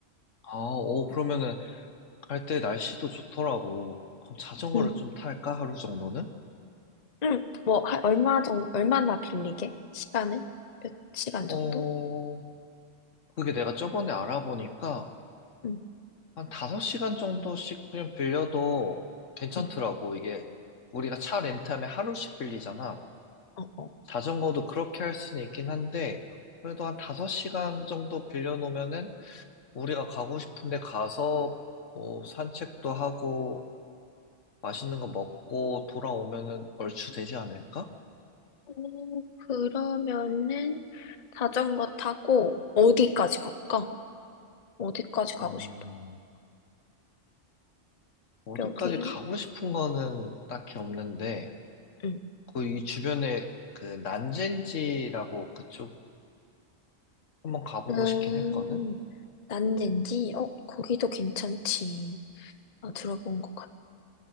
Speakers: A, on the left; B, on the left.
A: 아, 오, 그러면은 갈 때 날씨도 좋더라고. 그럼 자전거를
B: 응.
A: 좀 탈까? 하루 정도는?
B: 응, 뭐, 한- 얼마 정, 얼마나 빌리게? 시간을? 몇 시간 정도?
A: 어, 그게 내가 저번에 알아보니까
B: 응,
A: 한 5시간 정도씩 그냥 빌려도 괜찮더라고.
B: 응.
A: 이게 우리가 차 렌트하면 하루씩 빌리잖아.
B: 어, 어.
A: 자전거도 그렇게 할 수는 있긴 한데, 그래도 한 5시간 정도 빌려놓으면은 우리가 가고 싶은데 가서 뭐 산책도 하고 맛있는 거 먹고 돌아오면은 얼추 되지 않을까?
B: 오 그러면은 자전거 타고 어디까지 갈까? 어디까지 가고
A: 음,
B: 싶어?
A: 어디까지
B: 여기,
A: 가고 싶은 거는 딱히 없는데,
B: 응.
A: 그 이 주변에 그 난젠지라고 그쪽 한번 가보고
B: 음,
A: 싶긴 했거든?
B: 난젠지? 어, 거기도 괜찮지. 나 들어본 것 같아.